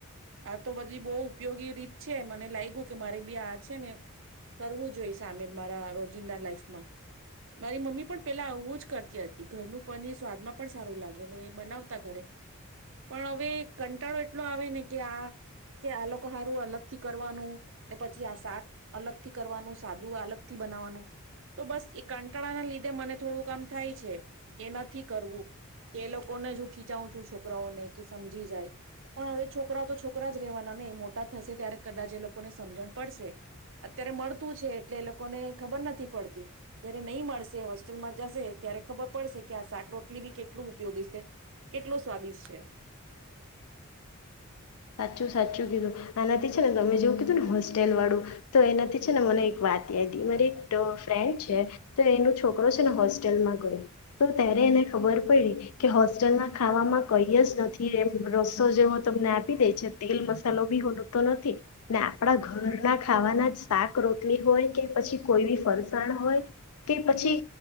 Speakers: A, on the right; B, on the left.
A: આ તો બધી બહુ ઉપયોગી રીત છે મને લાગ્યું કે મારે બી આ છે ને, કરવું જોઈએ સામેલ મારા રોજિંદા લાઈફમાં, મારી મમ્મી પણ પેલા આવું જ કરતી હતી ઘરનું પનીર સ્વાદમાં પણ સારું લાગે ને એ બનાવતા ઘરે, પણ હવે કંટાળો એટલો આવે ને કે આ કે આ લોકોહારું અલગ થી કરવાનું ને પછી આ શાક અલગ થી કરવાનું સાદું અલગ થી બનાવવાનું તો બસ એ કંટાળા ના લીધે મને થોડું કામ થાય છે કે નથી કરવું કે લોકોને હું ખીચાવું છું છોકરાઓને કે સમજી જાય પણ હવે છોક છોકરાઓ તો છોકરા જ રહેવાના નહી મોટા થશે ત્યારે કદાચ એ લોકોને સમજણ પડશે, અત્યારે મળતું છે એટલે એ લોકોને ખબર નથી પડતી, જયારે નહી મળશે હોસ્ટેલમાં જશે ત્યારે ખબર પડશે કે આ શાક રોટલી બી કેટલું ઉપયોગી છે, કેટલું સ્વાદિષ્ટ છે.
B: સાચું સાચું કીધું, આનાથી છે ને તમે જેવું કીધું ને હોસ્ટેલ વાળું, તો એનાથી છે ને મને એક વાત યાદી મારી એક ફ્રેન્ડ છે, તો એનું છોકરો છે ને હોસ્ટેલમાં ગયો તો, ત્યારે એને ખબર પડી કે હોસ્ટેલમાં ખાવામાં કઈ જ નથી એમ રસ્સો જેવો તમને આપ તે મસો બી હો તો નથી, ને આપણા ઘરના ખાવાના શાક રોટલી હોય કે પછી કોઈ બી ફરસાણ હોય, કે પછી